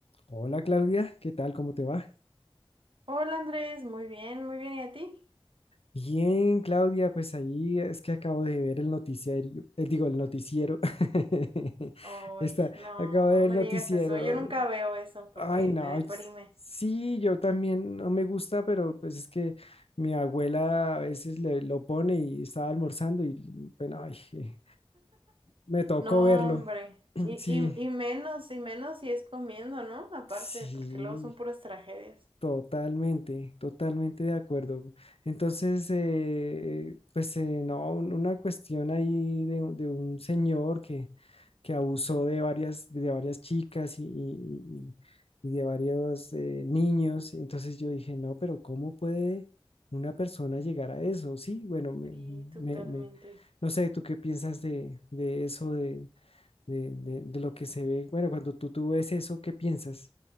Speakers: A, on the left; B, on the right.
A: Hola Claudia, ¿qué tal? ¿Cómo te va?
B: Hola Andrés, muy bien, muy bien, ¿y a ti?
A: Bien, Claudia, pues ahí es que acabo de ver el noticiario, eh, digo, el noticiero. <laughs>
B: Ay,
A: Está,
B: no,
A: acabo de ver
B: no
A: el
B: me
A: noticiero.
B: digas eso, yo nunca veo eso porque
A: Ay, no,
B: me deprime.
A: es- sí, yo también no me gusta, pero pues es que mi abuela a veces le, lo pone y estaba almorzando y bueno, ay, <laughs> eh, me tocó
B: No,
A: verlo.
B: hombre,
A: <clears throat>
B: y,
A: Sí,
B: y, y menos, y menos si es comiendo, ¿no? Aparte,
A: sí.
B: porque luego son puras tragedias.
A: Totalmente, totalmente de acuerdo. Entonces, eh, pues eh, no, un- una cuestión ahí de, un de un señor que, que abusó de varias, de varias chicas y, y- y- y de varios eh, niños. Entonces yo dije, no, pero ¿cómo puede una persona llegar a eso? Sí, bueno, me,
B: Sí, totalmente.
A: me- me- no sé, ¿tú qué piensas de, de eso, de, de de- de lo que se ve? Bueno, cuando tú, tú ves eso, ¿qué piensas?